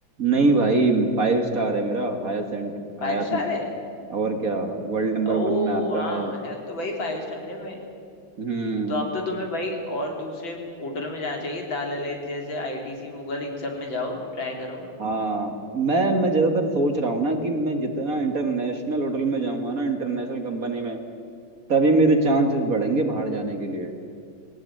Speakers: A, on the right; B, on the left.
A: नहीं भाई फाइव स्टार है मेरा हायर एंड
B: फाइव
A: हयात
B: स्टार
A: में
B: है
A: और क्या वर्ल्ड नंबर
B: ओ
A: वन में आता
B: वाह
A: है
B: यार तो भाई फाइव स्टार है मैं
A: हम्म
B: तो अब तो तुम्हें भाई और दूसरे होटलों में जाना चाहिए दाल ललित जैसे आईटीसी मुगल इन सब में जाओ ट्राई करो
A: हाँ मैं मैं ज्यादातर सोच रहा हूँ ना कि मैं जितना इंटरनेशनल होटल में जाऊंगा ना इंटरनेशनल कंपनी में तभी मेरे चांसेस बढ़ेंगे बाहर जाने के लिए